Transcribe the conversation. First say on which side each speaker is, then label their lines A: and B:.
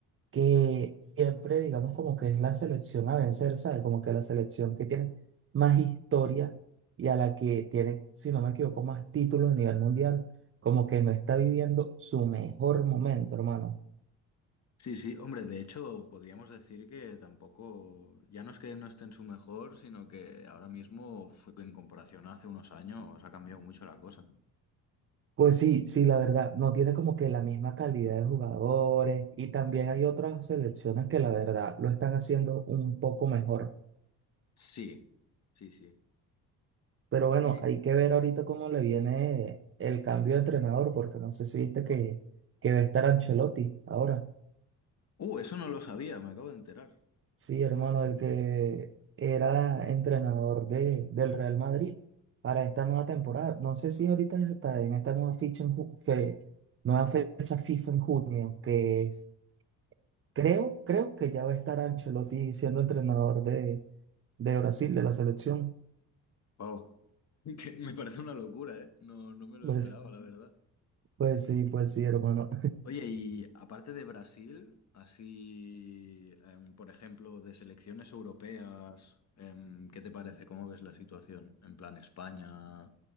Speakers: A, on the right; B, on the left.
A: que siempre, digamos, como que es la selección a vencer, ¿sabes? Como que la selección que tiene más historia y a la que tiene, si no me equivoco, más títulos a nivel mundial, como que no está viviendo su mejor momento, hermano.
B: Sí, sí, hombre, de hecho podríamos decir que tampoco, ya no es que no esté en su mejor, sino que ahora mismo fue que en comparación a hace unos años ha cambiado mucho la cosa.
A: Pues sí, sí, la verdad, no tiene como que la misma calidad de jugadores y también hay otras selecciones que la verdad lo están haciendo un poco mejor.
B: Sí, sí, sí.
A: Pero bueno,
B: Oye,
A: hay que ver ahorita cómo le viene el cambio de entrenador, porque no sé si viste que, que va a estar Ancelotti ahora.
B: uh, eso no lo sabía, me acabo de enterar.
A: Sí, hermano, el que era entrenador de, del Real Madrid para esta nueva temporada. No sé si ahorita está en esta nueva ficha en ju- fe- nueva fecha FIFA en junio, que es, creo, creo que ya va a estar Ancelotti siendo entrenador de, de Brasil, de la selección.
B: Wow. <laughs> Que me parece una locura, ¿eh? No, no me lo
A: Pues,
B: esperaba, la verdad.
A: pues sí, pues sí, hermano.
B: Oye, y aparte de Brasil, así, em, por ejemplo, de selecciones europeas, em, ¿qué te parece? ¿Cómo ves la situación? En plan España.